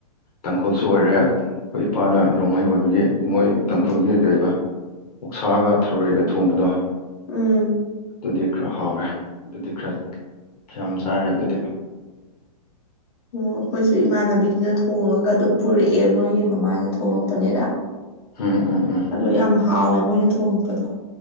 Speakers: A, on the left; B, on the left.
A: ꯇꯥꯡꯈꯨꯜꯁꯨ ꯑꯣꯏꯔꯦ ꯑꯩꯈꯣꯏ ꯏꯄꯥꯅ ꯔꯣꯡꯃꯩ ꯑꯣꯏꯕꯒꯤ ꯃꯣꯏ
B: ꯎꯝ
A: ꯇꯥꯡꯈꯨꯜꯒꯤ ꯀꯔꯤꯕ ꯑꯣꯛꯁꯥꯒ ꯊꯔꯣꯏꯒ ꯊꯣꯡꯕꯗꯣ
B: ꯎꯝ
A: ꯑꯗꯨꯗꯤ ꯈꯔ ꯍꯥꯎꯋꯦ ꯑꯗꯨꯗꯤ ꯈꯔ ꯌꯥꯝ ꯆꯥꯔꯦ ꯑꯗꯨꯗꯤ
B: ꯑꯣ ꯑꯩꯈꯣꯏꯁꯨ ꯏꯃꯥꯟꯅꯕꯤꯗꯨꯅ ꯊꯣꯡꯉꯒ ꯑꯗꯨꯝ ꯄꯨꯔꯛꯑꯦ ꯃꯣꯏꯒꯤ ꯃꯃꯥꯅ ꯊꯣꯉꯛꯄꯅꯦꯅ
A: ꯎꯝ ꯎꯝ ꯎꯝ
B: ꯑꯗꯣ ꯌꯥꯝ ꯍꯥꯎꯋꯦ ꯃꯣꯏꯅ ꯊꯣꯡꯉꯛꯄꯗꯣ